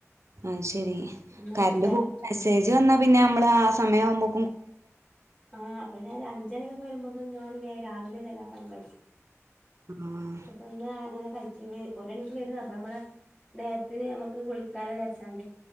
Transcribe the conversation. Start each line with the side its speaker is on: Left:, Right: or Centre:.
Right: അത് ശ ശരി
Left: ഇന്ന്
Right: കറണ്ട്
Left: വ്യാഴം
Right: പോ മെസ്സേജ് വന്നാ പിന്നെ നമ്മള് ആ സമയം ആവുമ്പോ
Left: ആഹ് അപ്പൊ ഞാന് അഞ്ചണിക <unintelligible> വരുമ്പോക് ഞാൻ വേം രാവിലെന്നെ എല്ലാപണിം കഴിച്ചു
Right: ആഹ്
Left: ഇപ്പന്നാ അങ്ങനെ കഴി <unintelligible> വരുന്ന അപ്പ നമ്മള നേരത്തിന് നമുക്ക് കുളിക്കാലോ വിചാരിച്ചാണ്ട്